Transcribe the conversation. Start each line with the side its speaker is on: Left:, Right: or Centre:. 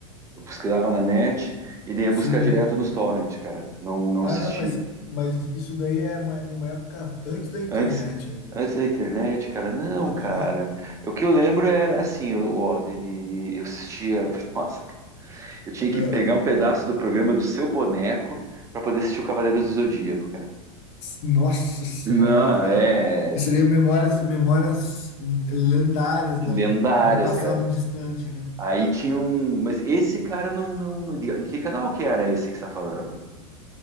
Right: Eu pesquisava na net e daí ia
Left: Sim.
Right: buscar direto nos torrent, cara. Não, não
Left: Ah,
Right: assisti.
Left: não, mas, mas isso daí é uma- numa época antes da internet
Right: Antes,
Left: ainda.
Right: antes da internet, cara, não,
Left: Aham.
Right: cara. O que eu lembro era assim, eu, ó, de, de- de- eu assistia. <laughs> Nossa, Eu tinha
Left: É.
Right: que pegar um pedaço do programa do seu boneco para poder assistir o Cavaleiros do Zodíaco, cara.
Left: Nossa senhora,
Right: Não,
Left: cara.
Right: é.
Left: Isso seria memórias, memórias lendárias da-
Right: Lendárias,
Left: do, do passado
Right: cara.
Left: distante, né?
Right: Aí tinha um. Mas esse cara eu não, não, não. liga- Que canal que era esse que você tá falando?